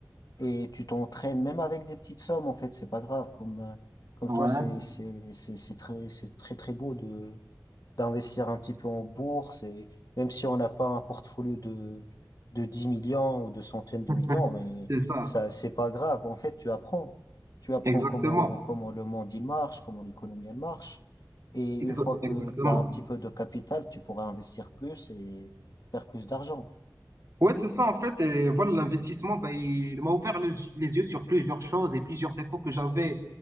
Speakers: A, on the left; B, on the right.
A: et tu t'entraînes, même avec des petites sommes, en fait, c'est pas grave. Comme, euh, comme
B: Ouais,
A: toi, c'est, c'est, c'est, c'est très, c'est très, très beau de, d'investir un petit peu en bourse et même si on n'a pas un portfolio de, de 10 millions ou de centaines de
B: <laughs>
A: millions, mais
B: c'est ça.
A: ça, c'est pas grave. En fait, tu apprends. Tu apprends
B: Exactement.
A: comment, comment le monde il marche, comment l'économie elle marche. Et
B: Exa-
A: une fois que
B: exactement.
A: tu as un petit peu de capital, tu pourras investir plus et faire plus d'argent.
B: Ouais, c'est ça, en fait. Et voilà, l'investissement, ben, il m'a ouvert le- les yeux sur plusieurs choses et plusieurs défauts que j'avais